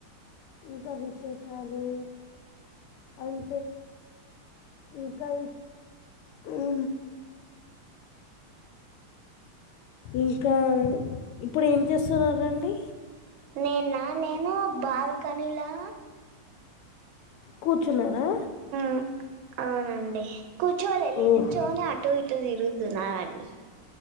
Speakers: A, on the left (about 80°); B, on the right (about 75°).
A: ఇంకా విశేషాలూ అన్ ఇంకా ఉహు ఇంకా ఇప్పుడు ఏం చేసున్నారండి
B: నేన్న నేను బాల్కనీలా
A: కూర్చున్నారా
B: ఉ అవునండి కూర్చోలే లించోనే
A: ఓహ్
B: అటు ఇటు తిరుగుతున్నానండి